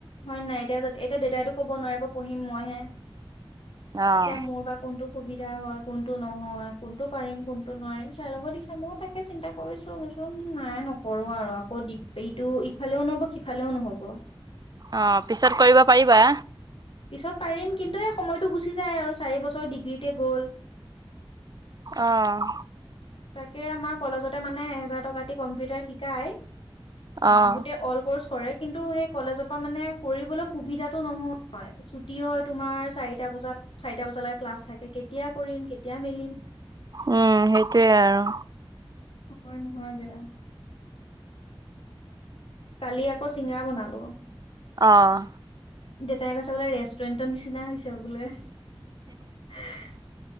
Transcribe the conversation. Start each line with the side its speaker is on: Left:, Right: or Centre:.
Left: হয় নাই এতিয়া এতিয়া দেউতাইতো ক'ব নি ন পঢিম মই হে
Right: অহ
Left: এতিয়া মোৰ বা কোনটো সুবিধা হয়, কোনটো নহয়, কোনটো পাৰিম, কোনটো নোৱাৰিম। চাই লব দিছে মইও তাকে চিন্তা কৰিছোচোন নাই নকৰো আৰু আকৌ এইটো ইফালেও ন <unintelligible> সিফালেও নহ'ব
Right: অ পিছত কৰিব পাৰিবা
Left: পিছত পাৰিম কিন্তু এই সময়তটো গুচি যায় আৰু চাৰি বছৰ ডিগ্ৰীতে গ'ল
Right: আহ
Left: তাকে আমাৰ কলেজতে মানে এহেজাৰ টকা দি কম্পিউটাৰ শিকায় অ
Right: অহ,
Left: গোটেই অল কৰ্চ কৰে কিন্তু সেই কলেজৰ পৰা মানে কৰিবলৈ সুবিধাটো নহয়। ছুটি হয় তোমাৰ চাৰিটা বজাত চাৰিটা বজালৈ ক্লাছ থাক কেতিয়া কৰিম কেতিয়া মেলিম
Right: উম সেইটোয়ে আৰু
Left: নহয় নহয় দিয়া। কালি আকৌ চিঙৰা বনালো
Right: আহ
Left: দেউতাই কৈছে বোলে ৰেষ্টুৰেণ্টৰ নিচিনা হৈছে বোলে। <unintelligible>